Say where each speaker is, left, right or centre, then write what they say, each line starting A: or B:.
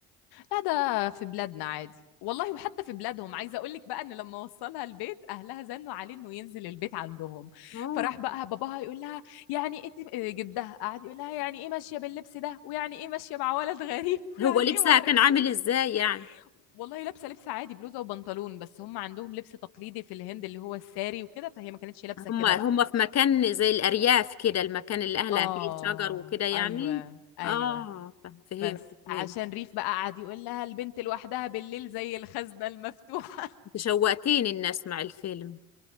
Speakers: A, on the left (about 55°); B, on the left (about 35°).
A: لا ده في بلادنا عادي والله وحتى في بلادهم عايزه اقول لك بقى ان لما وصلها البيت اهلها زنوا عليه انه ينزل البيت عندهم
B: اه
A: فراح بقى باباها يقول لها يعني ايه تب- إيه جدها قعد يقول لها يعني ايه ماشيه باللبس ده ويعني ايه ماشيه مع ولد غريب <laughs>
B: هو
A: ويعني
B: لبسها
A: ايه ما اعرفش
B: كان عامل
A: ايه
B: ازاي يعني
A: والله لابسه لبس عادي بلوزه وبنطلون بس هم عندهم لبس تقليدي في الهند اللي هو الساري وكده فهي ما كانتش لابسه
B: هم
A: كده
B: هم
A: بقى
B: في مكان زي الأرياف كده المكان اللي أهلها
A: اه
B: فيه شجر وكده يعني
A: ايوه ايوه
B: اه فهم- فهمت
A: بس
B: فهمت
A: عشان ريف بقى قعد يقول لها البنت لوحدها بالليل زي الخزنه المفتوحه
B: انت شوقتيني إني أسمع الفيلم